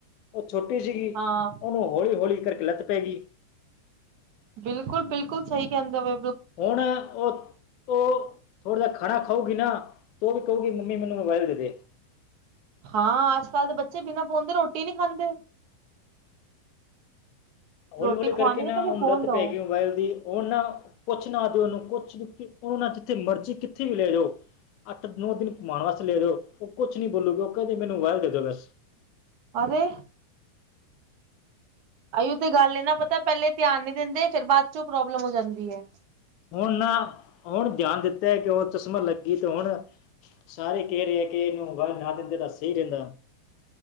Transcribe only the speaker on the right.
ਹਾਂ
ਬਿਲਕੁਲ-ਬਿਲਕੁਲ ਸਹੀ ਕਹਿੰਦੇ ਵ
ਹਾਂ ਅੱਜ ਕੱਲ੍ਹ ਦੇ ਬੱਚੇ ਬਿਨਾਂ ਫੋਨ ਦੇ ਰੋਟੀ ਨਹੀਂ ਖਾਂਦੇ
ਰੋਟੀ
ਖਵਾਣੀ
ਤੇ ਪਹਿਲੇ
ਫੋਨ
ਦਓ
ਅਰੇ ਆਈਓ ਤੇ ਗੱਲ ਇਹ ਨਾ ਪਤਾ ਪਹਿਲੇ ਧਿਆਨ ਨੀ ਦਿੰਦੇ ਫੇਰ ਬਾਅਦ ਚੋਂ ਪ੍ਰੋਬਲਮ ਹੋ ਜਾਂਦੀ ਹੈ।